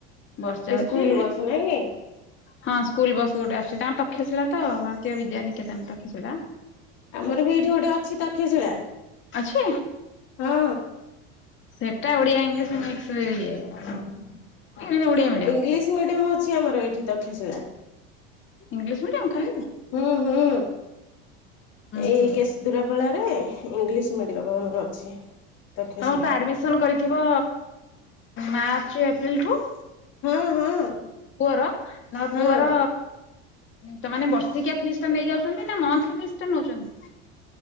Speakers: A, on the left (about 40°); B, on the left (about 55°).
A: ବସ୍
B: ସେ
A: ଯାଉଛି
B: ସ୍କୁଲ ବସନା କି?
A: ହଁ ସ୍କୁଲ ବସ୍ ଗୋଟେ ଆସୁଛି ତଙ୍କ ତକ୍ଷ୍ୟଶିଳା ତ ଭାରତୀୟ ବିଦ୍ୟାନିକେତନ ତକ୍ଷ୍ୟଶୀଳା।
B: ଆମର ବି ଏଇଠି ଗୋଟେ ଅଛି ତକ୍ଷଶିଳା
A: ଅଛି
B: ହଁ।
A: ସେଟା ଓଡିଆ ଇଂଲିଶ ମିକ୍ସ ରେ ଇଏ ମାନେ ଓଡ଼ିଆ ମିଡି
B: ଇଂଲିଶ ମିଡିୟମ ଅଛି ଆମର ଏଇଠି ତକ୍ଷଶିଳା।
A: ଇଂଲିଶ ମିଡିୟମ ଖାଲି
B: ହୁଁ ହୁଁ। ଏଇ
A: ହୁଁ
B: କେଶଦୂରାପାଳରେ ଇଂଲିଶ ମିଡିୟମ ଆମର ଅଛି। ତକ୍ଷଶିଳା
A: ତମର ତ ଆଡମିସନ କରିଥିବ ମାର୍ଚ୍ଚ ଏପ୍ରିଲ ଠୁ?
B: ହଁ ହଁ।
A: ପୁଅର ମୋ
B: ହଁ
A: ପୁଅର ତା ମାନେ ବର୍ଷିକିଆ ଫିସ୍ ଟା ନେଇଯାଉଛନ୍ତି ନା ମନ୍ଥଲି ଫିସ୍ ଟା ନଉଛନ୍ତି।